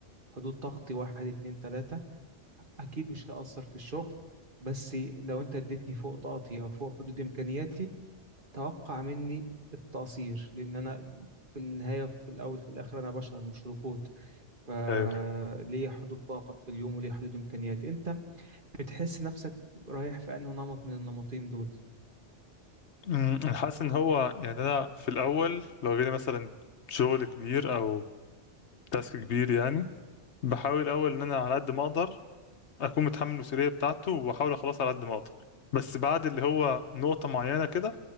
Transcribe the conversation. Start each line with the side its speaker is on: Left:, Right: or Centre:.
Right: حدود طاقتي واحد اتنين تلاتة أكيد مش هأثر في الشغل بس لو أنت اديتني فوق طاقتي أو فوق حدود إمكانياتي توقع مني التقصير لأن أنا في النهاية في الأول في الآخر أنا بشر مش روبوت فليا
Left: ايوه
Right: حدود طاقة في اليوم وليا حدود إمكانيات أنت بتحس نفسك رايح في أنه نمط من النمطين دول
Left: مم. انا حاسس ان هو يعني انا في الاول لو جالي مثلا شغل كبير او تاسك كبير يعني بحاول اول ان انا على قد ما اقدر اكون متحمل المسؤوليه بتاعته واحاول اخلصها على قد ما اقدر بس بعد اللي هو نقطه معينه كده